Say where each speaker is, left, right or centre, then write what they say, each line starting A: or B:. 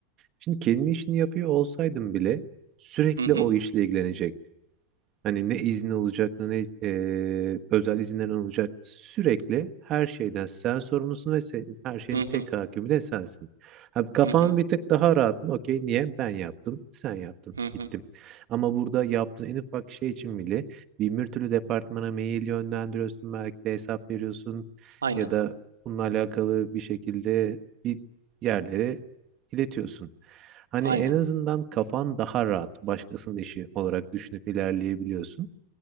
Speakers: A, on the right; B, on the right.
A: Şimdi kendi işini yapıyor olsaydım bile sürekli
B: Hı hı.
A: o işle ilgilenecek. Hani ne izni olacak ne e, özel izinler olacak. Sürekli her şeyden sen sorumlusun ve senin, her şeyin
B: Hı hı.
A: tek hakimi de sensin. Ha, kafan
B: Hı hı.
A: bir tık daha rahat mı? Okey niye? Ben yaptım, sen yaptın,
B: Hı hı.
A: bittim. Ama burada yaptığın en ufak şey için bile bin bir türlü departmana mail yönlendiriyorsun. Belki de hesap veriyorsun
B: Aynen.
A: ya da bununla alakalı bir şekilde bir yerlere iletiyorsun. Hani
B: Aynen.
A: en azından kafan daha rahat başkasının işi olarak düşünüp ilerleyebiliyorsun.